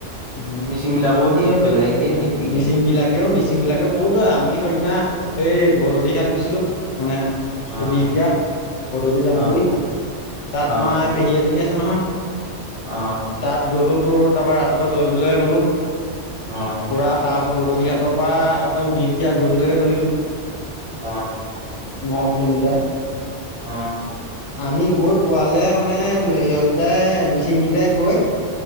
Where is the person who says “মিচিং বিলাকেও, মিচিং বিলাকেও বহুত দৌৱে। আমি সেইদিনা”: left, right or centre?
Left